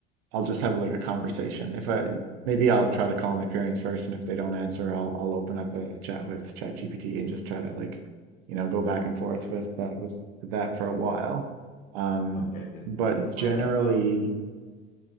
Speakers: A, on the right (about 70°); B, on the left (about 25°).
A: I'll just have like a conversation. If I maybe I'll try to call my parents first, and if they don't answer, I'll I'll open up a chat with ChatGPT and just try to like, you know, go back and forth with that with that for a while. Um,
B: Okay, then
A: but
B: if
A: generally.
B: my hypothesis,